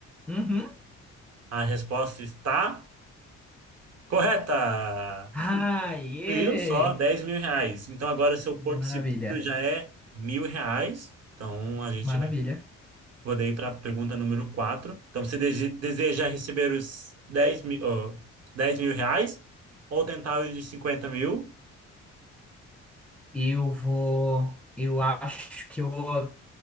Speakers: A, in the centre; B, on the right (about 55°).
A: Uhum.
B: A resposta está correta.
A: Ah, yeah!
B: Viu? Só 10 mil reais. Então, agora seu Porto
A: Maravilha,
B: Seguro já é mil reais. Então, a gente
A: maravilha.
B: vai poder ir para a pergunta número quatro Então, você dese- deseja receber os 10 mil, ó, 10 mil reais ou tentar os de 50 mil?
A: Eu vou. Eu acho que eu vou.